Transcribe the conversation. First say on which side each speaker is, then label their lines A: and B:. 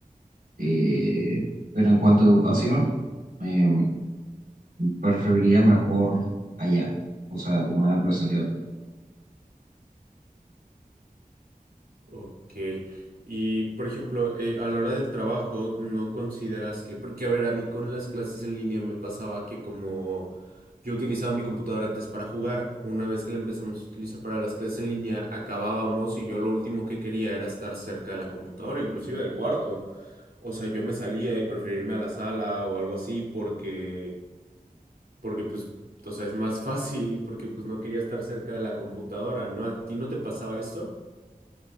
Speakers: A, on the right (about 70°); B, on the right (about 85°).
A: Eh, pero en cuanto a educación, em, preferiría mejor allá, o sea, de manera presencial.
B: Ok. Y, por ejemplo, eh, a la hora del trabajo, ¿no consideras que, porque, a ver, a mí con las clases en línea me pasaba que como yo utilizaba mi computadora antes para jugar, una vez que la empezamos a utilizar para las clases en línea, acabábamos y yo lo último que quería era estar cerca de la computadora, inclusive del cuarto. O sea, yo me salía y preferirme a la sala o algo así porque, porque pues, o sea, es más <laughs> fácil porque pues no quería estar cerca de la computadora, ¿no? ¿A ti no te pasaba esto?